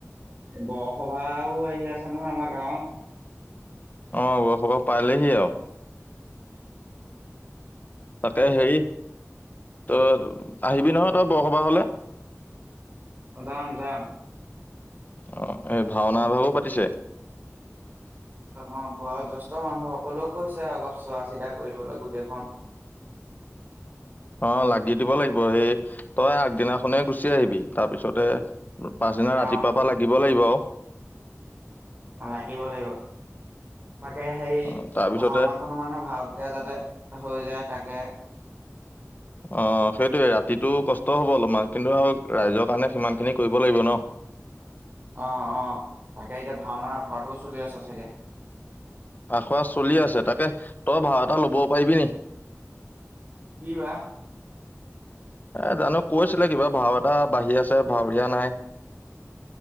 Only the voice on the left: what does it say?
অ বৰসভা পালেহি আৰু। তাকে হেৰি তোৰ আহিবি নহয় তই বৰসভা হলে।
অ, এই ভাওনা এভাগো পাতিছে।
অ লাগি দিব লাগিব সেই তই আগদিনাখনেই গুচি আহিবি তাৰপিছতে পাছদিনা ৰাতিপুৱাৰ
পৰাা লাগিব লাগিব আৰু।
অ তাৰপিছতে
অ সেইটোৱে ৰাতিটো কষ্ট হ'ব অলপমান কিন্তু আৰু ৰাইজৰ কাৰণে সিমান খিনি কৰিব লাগিব ন।
আখৰা চলি আছে তাকে, তই ভাও এটা ল'ব পাৰিবি নি?
এ জানো কৈছিলে কিবা ভাও এটা বাঢ়ি আছে ভাৱৰীয়া নাই।